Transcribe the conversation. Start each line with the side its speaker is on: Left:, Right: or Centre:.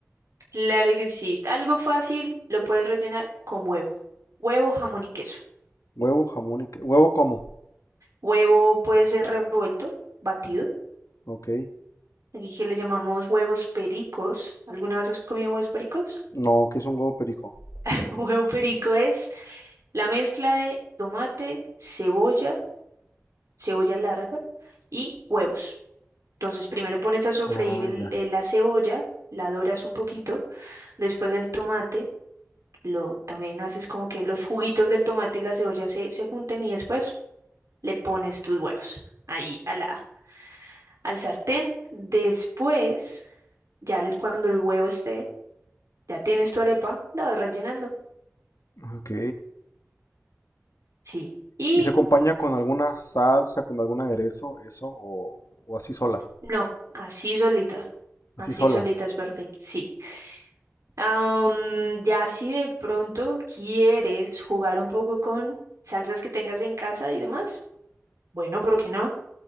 Right: Claro que sí. Algo fácil, lo puedes rellenar con huevo. Huevo, jamón y queso.
Left: Huevo, jamón y... que- ¿Huevo cómo?
Right: Huevo puede ser revuelto, batido.
Left: Ok.
Right: Aquí que le llamamos huevos pericos. ¿Alguna vez has comido huevos pericos?
Left: No, que es un huevo perico.
Right: <laughs> Huevo perico es La mezcla de tomate, cebolla, cebolla larga y huevos. Entonces, primero pones a sofreír
Left: Ah,
Right: el-
Left: ya.
Right: eh, la cebolla, la doras un poquito, después el tomate, lo también haces como que los juguitos del tomate y la cebolla se, se junten y después le pones tus huevos ahí a la, al sartén. Después, ya el- cuando el huevo esté, ya tienes tu arepa, la vas rellenando.
Left: Ok.
Right: Sí. Y
Left: ¿Y se acompaña con alguna salsa, con algún aderezo, eso? ¿O, o así sola?
Right: no, así solita.
Left: Así
Right: Así
Left: sola,
Right: solita es perfecto. Sí. Am, ya si de pronto quieres jugar un poco con salsas que tengas en casa y demás, bueno, ¿por qué no?